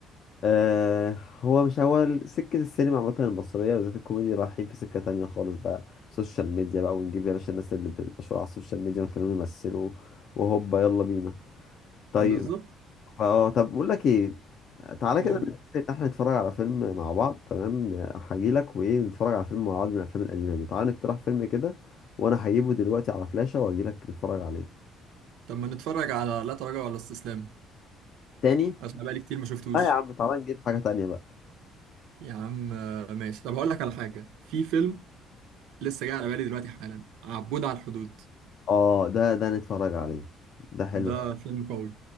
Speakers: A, on the left (about 40°); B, on the right (about 80°).
A: آه هو مش هو سكة السينما عامة المصرية بالذات الكوميدي رايحين في سكة تانية خالص بقى سوشيال ميديا بقى ونجيب يا باشا الناس اللي بتشهر على السوشيال ميديا ونخليهم يمثلوا وهوبا يلا بينا طيب
B: بالظبط
A: فاه طب بقول لك ايه تعالى
B: نقول
A: كده نتفق ان احنا نتفرج على فيلم مع بعض تمام هجيلك وايه نتفرج على فيلم مع بعض من الافلام القديمة دي تعالى نقترح فيلم كده وانا هجيبه دلوقتي على فلاشة واجيلك نتفرج عليه
B: طب ما نتفرج على لا تراجع ولا استسلام
A: تاني
B: عشان بقالي كتير ما شفتوش
A: اه يا عم تعالى نجيب حاجة تانية بقى
B: يا عم آه، ماشي طب هقول لك على حاجه في فيلم لسه جاي على بالي دلوقتي حالا عبود على الحدود
A: اه ده ده نتفرج عليه ده حلو
B: ده فيلم قوي